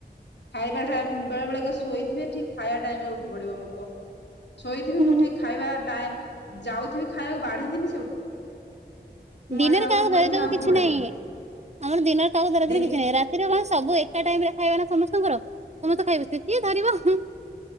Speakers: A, on the left; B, on the right.
A: ଖାଇବା ଟାଇ ବେଳେ ବେଳେ ଶୋଇଥିବେ ଠିକ ଖାଇବା ଟାଇମରେ ଉଠି ପଡିବ ମୋ ପୁଅ। ଶୋଇଥିବି
B: ହୁଁ।
A: ମୁଁ ଠିକ୍ ଖାଇବା ଟାଇ ଯାଉଥିବି ଖାଇବାକୁ ବାଢିଥିବି ସେ ଉଠି ମୁଁ
B: ଦିନରେ
A: ଆଡୁ ଆଉ
B: କାହାକୁ
A: କଣ
B: ଧରିଦବୁ
A: କରିମି ଆଉ
B: କିଛି
A: ଘୋଡେଇ
B: ନାହିଁ।
A: ଦେମି
B: ଆମର ଦିନରେ କାହାକୁ ଧରେଇ
A: ଦିନ
B: କିଛି ନାହିଁ। ରାତି ରାତି କଣ ସବୁ ଏକା ଟାଇମ୍ ରେ ଖାଇବା ନା ସମସ୍ତଙ୍କର। ସମସ୍ତେ ଖାଇ ବସିଥିବେ। ସେ କିଏ ଧରିବ ହୁ।